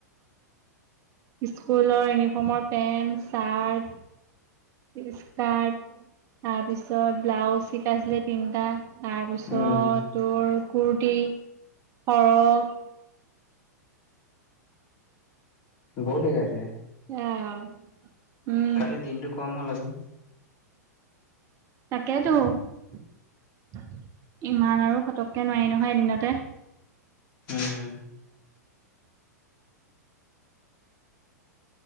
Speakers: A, on the right; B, on the left.
A: স্কুলৰ ইউনিফৰ্মৰ পেন্ট চাৰ্ট। ইচৰ্কাত। তাৰপিছত ব্লাউজ শিকাইছিলে তিনটা, তাৰপিছত
B: উম
A: তোৰ কুৰ্তি টি, ফৰক।
B: বহুত শিকাইছে।
A: সেয়াই আৰু উম
B: খালি দিনটো কম হ'ল আকৌ।
A: তাকেইতো। ইমান আৰু ফটককে নোৱাৰি নহয় এদিনতে।
B: উম